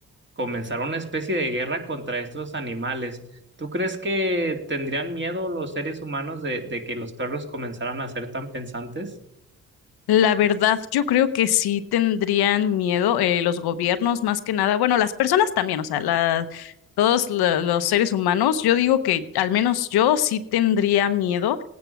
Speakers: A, on the right; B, on the left.
A: comenzar una especie de guerra contra estos animales. ¿Tú crees que tendrían miedo los seres humanos de, de que los perros comenzaran a ser tan pensantes?
B: La verdad, yo creo que sí tendrían miedo eh, los gobiernos más que nada. Bueno, las personas también, o sea, la- todos lo- los seres humanos, yo digo que al menos yo sí tendría miedo,